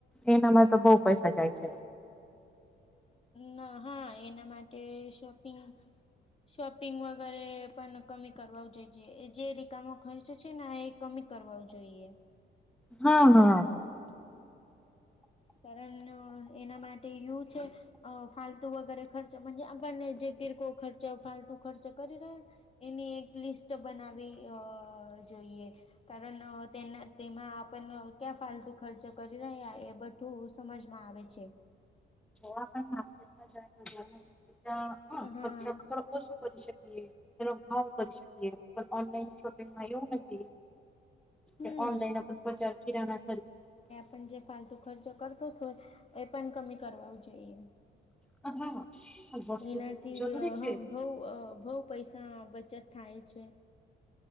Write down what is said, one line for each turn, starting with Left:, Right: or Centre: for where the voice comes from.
Centre: એનામાં તો બઉુ પૈસા જાય છે.
Left: ના હા એના માટે શોપિંગ. શોપિંગ વગેરે પણ કમી કરવા જોઈએ જે રિકામો ખર્ચે છે ને એક કમી કરવા જોઈએ.
Centre: હા હા.
Left: કારણ એના માટે યુસ અ ફાલતુ વગેરે ખર્ચજ આપણ જે કિરક ખર્ચ ફાલતુ ખર્ચ કરી રહ એની એક લિસ્ટ બનાવી અ જોઈએ. કારણ તેના તેમાં આપણ ક્યા ફાલતુ ખર્ચ કરી રહ્યા એ બ સમજમાં આવે છે.
Centre: જોવા પણ માર્કેટમાં જાય તો જાય ત્યાં <unintelligible> હ
Left: હા
Centre: ખર્ચા કરવોજ પડશે ને તેનો ભાવ કરી શકીએ પણ ઓનલાઈન શોપિંગમાં એવું નથી.
Left: હમ
Centre: એ ઓનલાઈન આપ બજાર કિરાણા
Left: પણ જે ફાલતુ ખર્ચ કરતો તોય એ પણ કમી કરવાવુ જોઈએ.
Centre: હા વસ્તુ
Left: એનાથી
Centre: લેવું જરૂરી છે.
Left: હ બઉ બઉ પૈસા બચત થાય છે.